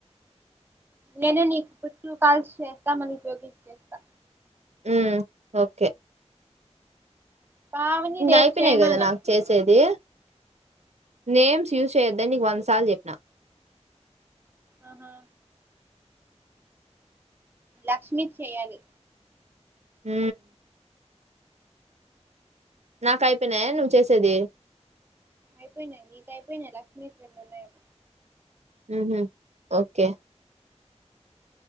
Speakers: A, on the right; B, on the right.
A: నేను నీకు ట్రూ కాల్స్ చేస్తాదామని మళ్ళీ జ్యోగిస్ చేస్తా
B: ఉమ్ ఓకే
A: పావని
B: ఇంగ్
A: రేపు
B: అయిపోయినాయి
A: చేయమను
B: కదా నాక్ చేసేది నేమ్స్ యూజ్ చేయొద్దని నీకు వంద సార్లు చెప్పిన
A: ఆహా లక్ష్మి చెయ్యాలి
B: ఉ నాక అయిపోయినాయా నువ్వు చేసేది
A: అయిపోయినాయి నీకు అయిపోయినాయి లక్ష్మీ కి రెండు ఉన్నాయి అం
B: ఊహు ఓకే